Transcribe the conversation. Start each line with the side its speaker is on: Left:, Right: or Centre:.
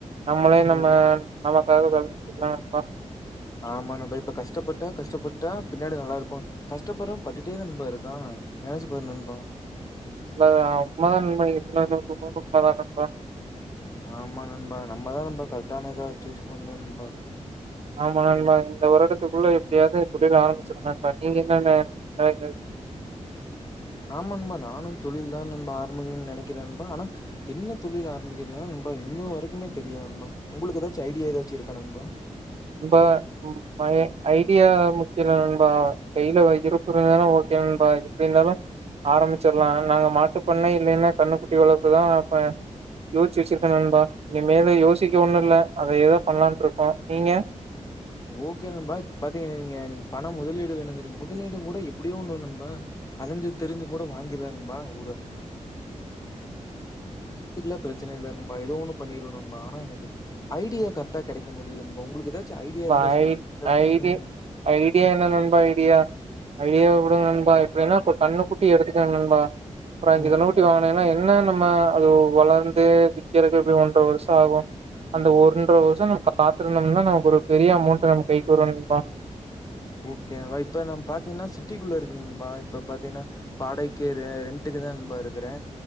Right: நம்மளே நம்ம
Left: ம்.
Right: நல்லா ஏதாது வேல செய்யலா நண்பா
Left: ஆமா நம்ம இப்ப கஷ்டப்பட்டா கஷ்டப்பட்டா பின்னாடி நல்லா இருப்போ கஷ்டப்பட்றவே பட்டுட்டே தா நண்பா இருக் அதா நெனச்சி பாரு நண்பா
Right: உண்மதா உண்மதா நண்பா நீங்க சொல்றது நூத்துக்குநூறு உண்மதா நண்பா
Left: ஆமா நண்பா நம்மதா நண்பா கரெக்டானதா சூஸ் பண்ணு நண்பா
Right: ஆமா நண்பா இந்த வருடத்துக்குள்ள எப்டியாவது தொழில ஆரம்பிச்சிருனு நண்பா நீங்க என்ன நண் நெனை
Left: ஆமா நண்பா நானு தொழில்தா நண்பா ஆரம்பிக்கனுன்னு நெனைக்கிறே நண்பா ஆனா என்ன தொழில் ஆரம்பிக்கிறதுதா நண்பா இன்ன வரைக்குமே தெரியல நண்பா உங்களுக்கு ஏதாச்சி ஐடியா ஏதாச்சி இருக்கா நண்பா
Right: நண்பா ம் பய ஐடியா முக்கியோ இல்ல நண்பா கையில வ இருக்குற நேரோ ஓகே நண்பா எப்படி இருந்தாலு ஆரம்மிச்சிருலா நாங்க மாட்டுப்பண்ணை இல்லைன்னா கண்ணுக்குட்டி வளப்பு தா இப்ப யோசிச்சி வெச்சிருக்கே நண்பா இனிமேலு யோசிக்க ஒன்னு இல்ல அதயேதா பண்ணலான் இருக்கோ நீங்க
Left: ஓகே நண்பா இப்பாத்தீங் நீங்க நீங் பணம் முதலீடு வேணுங்கறீங் முதலீடு கூட எப்புடியோ ஓன்னு வேணு நண்பா அலஞ்சி திரிஞ்சி கூட வாங்கில்லா நண்பா ஒரு அதுக்குல்லா பிரச்சன இல்ல நண்பா ஏதோ ஒன்னு பண்ணிருவே நண்பா ஆனா எனக்கு ஐடியா கரெக்டா கெடைக்க மாட்டிங்கிது நண்பா உங்களுக்கு ஏதா ச ஐடியா இருந்தா
Right: ப
Left: சொல்லு
Right: ஐ ஐடி
Left: ம்
Right: ஐடியா என்ன நண்பா ஐடியா ஐடியாவ உடுங்க நண்பா எப்டின்னா கன்னுக்குட்டி எடுத்துட்டே நண்பா ஒரு அஞ்சி
Left: ம்.
Right: கண்ணுகுட்டி
Left: ம்.
Right: வாங்குனேன்னா என்ன நம்ம அது வளர்ந்து விக்கிறதுக்கு எப்புடியு ஒன்றர வருஷோ ஆகு அந்த ஒன்ற வருஷோ நம்ம காத்திருந்தோம்ன்னா நமக்கு ஒரு பெரிய அமௌண்ட் நம்ம கைக்கு வருக்கா
Left: ஓகேவா இப்ப நம் பாத்தீங்ன்னா சிட்டிக்குள்ள இருக்கே நண்பா இப்ப பாத்தேன்னா வாடைக்கு ரெ ரெண்டுக்கு தா நண்பா இருக்றே